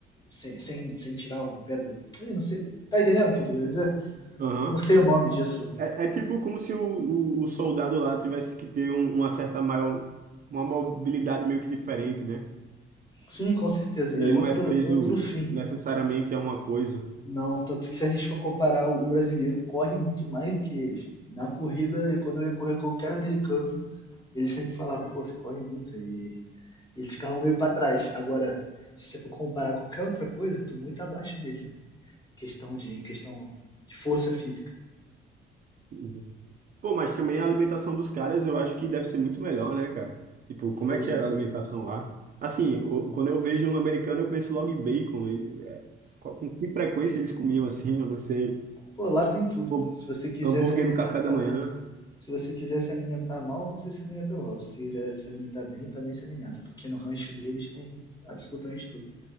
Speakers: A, on the left; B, on the right.
A: sem, sem, sem tirar algum pé do. Ih, não sei. Tá entendendo o que eu tô querendo dizer?
B: Aham.
A: Não sei o nome disso.
B: É, é tipo como se o, o, o soldado lá tivesse que ter um- uma certa maior, uma mobilidade meio que diferente, né?
A: Sim, com certeza.
B: Ele
A: É outro,
B: não é preso
A: outro fim.
B: necessariamente a uma coisa.
A: Não, tanto que se a gente for comparar, o brasileiro corre muito mais do que eles. Na corrida, quando eu ia correr com qualquer americano, eles sempre falavam, pô, você corre muito. E, e eles ficavam meio pra trás. Agora, se você for comparar qualquer outra coisa, eu tô muito abaixo deles, né? Questão de, em questão de força física.
B: Uhum. Pô, mas também a alimentação dos caras eu acho que deve ser muito melhor, né, cara? Tipo, como
A: Pois
B: é que
A: é.
B: era a alimentação lá? Assim, o- quando eu vejo um americano, eu penso logo em bacon. E, é, qual- com que frequência eles comiam assim? Eu não sei.
A: Pô, lá tem tudo.
B: Hum-
A: Se você quiser
B: Hambúrguer
A: se alimentar,
B: no café da manhã.
A: se você quiser se alimentar mal, você se alimenta mal. Se você quiser se alimentar bem, também se alimenta, porque no rancho deles tem absolutamente tudo.